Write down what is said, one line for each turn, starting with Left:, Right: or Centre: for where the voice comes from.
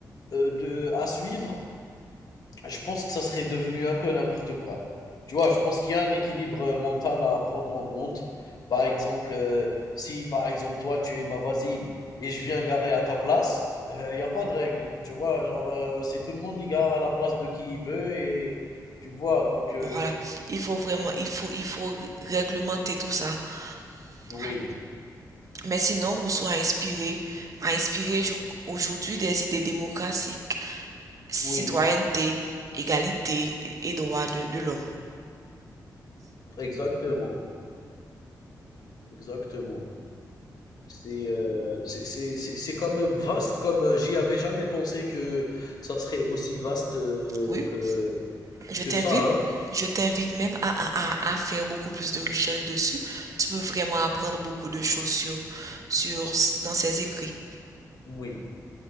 Left: euh, de à suivre, je pense que ça serait devenu un peu n'importe quoi. Tu vois, je
Right: ouais.
Left: pense qu'il y a un équilibre euh, mental à prendre en compte. Par exemple, euh, si par exemple toi tu es ma voisine et je viens garer à ta place, euh, il n'y a pas de règle. Tu vois, genre euh, c'est tout le monde qui gare à la place de qui il veut et tu vois, donc euh,
Right: Voilà. Il faut vraiment, il faut, il faut réglementer tout ça.
Left: oui,
Right: Voilà. Mais sinon, Rousseau a inspiré, a inspiré je- aujourd'hui des idées démocratiques, citoyenneté,
Left: oui,
Right: égalité et droits de, de l'homme.
Left: exactement. Exactement. C'est euh, c'est c'est c'est c'est quand même vaste comme, heu, j'y avais jamais pensé que ça serait aussi vaste, heu,
Right: Oui,
Left: que
Right: je
Left: que
Right: t'invite,
Left: ça, hein.
Right: je t'invite même à, à- à- à faire beaucoup plus de recherches dessus. Tu peux vraiment apprendre beaucoup de choses sur, sur, dans ses écrits.
Left: Oui,